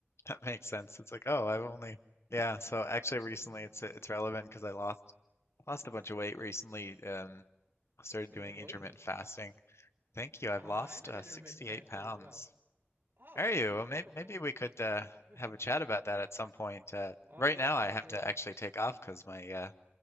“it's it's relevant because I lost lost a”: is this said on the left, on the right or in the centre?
Left